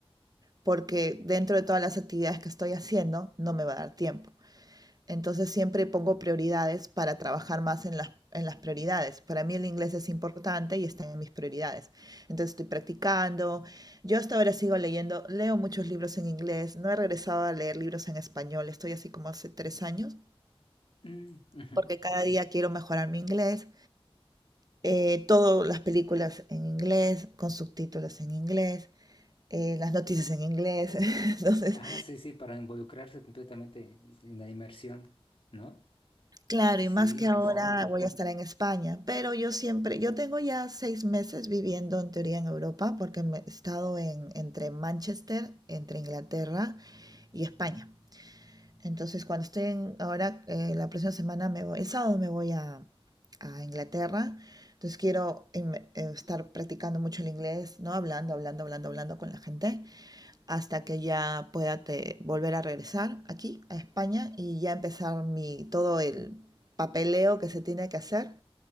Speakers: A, on the right; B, on the left.
A: porque dentro de todas las actividades que estoy haciendo, no me va a dar tiempo. Entonces siempre pongo prioridades para trabajar más en las, en las prioridades. Para mí el inglés es importante y está en mis prioridades. Entonces estoy practicando. Yo hasta ahora sigo leyendo, leo muchos libros en inglés. No he regresado a leer libros en español. Estoy así como hace tres años
B: mm, ujú.
A: porque cada día quiero mejorar mi inglés. Eh, todas las películas en inglés, con subtítulos en inglés, eh, las noticias en inglés. <laughs> Entonces
B: Ah, sí, sí, para involucrarse completamente en la inmersión, ¿no?
A: Claro,
B: Sí,
A: y más que
B: sí,
A: ahora
B: sí.
A: voy a estar en España, pero yo siempre, yo tengo ya seis meses viviendo en teoría en Europa, porque me- he estado en, entre Manchester, entre Inglaterra y España. Entonces, cuando estoy en, ahora, eh, la próxima semana me voy, el sábado me voy a, a Inglaterra, entonces quiero em, eh, estar practicando mucho el inglés, ¿no? Hablando, hablando, hablando, hablando con la gente hasta que ya pueda te- volver a regresar aquí a España y ya empezar mi, todo el papeleo que se tiene que hacer